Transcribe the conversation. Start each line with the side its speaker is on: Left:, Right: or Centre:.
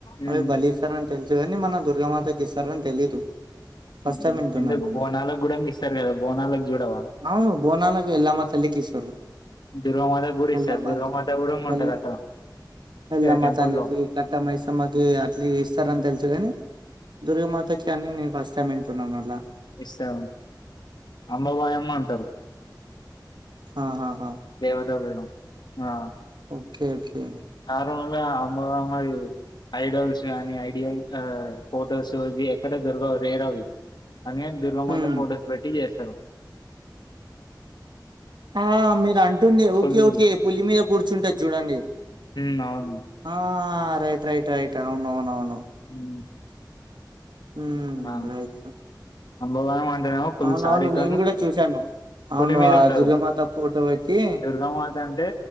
Left: ఉమ్,
Right: అదే బలీసర అంత తెలుసు కాని మన దుర్గమాతకి ఇస్తారని తెలీదు ఫస్ట్
Left: హ్మ్
Right: టైం
Left: హు
Right: వింటున్నాను
Left: ఎందుకు
Right: నేను
Left: బోనాలకు
Right: అది.
Left: కూడా ఇస్తారు కదా బోనాలకు చూడవా
Right: అవును బోనాలకి ఎల్లమ్మ తల్లికి ఇస్తారులమ్మల్
Left: దుర్గామాత కూడా ఇస్తారు దుర్గామాత కూడా ఉంటది అక్కడ
Right: ఎల్లమ్మ
Left: టెంపుల్
Right: తల్లికి
Left: లో
Right: కట్టమ్మైసమ్మకి అట్ల ఇస్తారని తెలుసు కాని దుర్గమాతకి అని నేను ఫస్ట్ చమ్మీన్ తుం నల్
Left: ఇస్తా అంబబయిమ్మ అంటారు
Right: ఆహాహా
Left: దేవత పోయినం ఆ
Right: మ్మ్ మ్మ్
Left: అమ్మమ్మరి ఐడల్స్ కానీ ఐడియల్ ఫొటోస్ ఇవి ఎక్కడ దొరగవు రేర్ అవి అని దుర్గమత
Right: హ్మ్
Left: ఫోటోస్ పెట్టి చేస్ తరు
Right: ఆ మీరు అంటుంది ఓకే
Left: ఫుల్
Right: ఓకే పుల్లి మీద కూర్చుంటది చూడండి
Left: మ్ అవును
Right: ఆ రైట్ రైట్ రైట్ అవున అవునవును
Left: మ్మ్
Right: హ్మ్
Left: అణా
Right: రైట్
Left: అంబవయం అంటేనేమో ఫుల్
Right: అవునవును
Left: శారీతోను
Right: నేను కూడా చూశాను. అవును
Left: పులి మీద
Right: ఆ
Left: ఉండదు.
Right: దుర్గామాత ఫోటో పెట్టి
Left: దుర్గామాత అంటే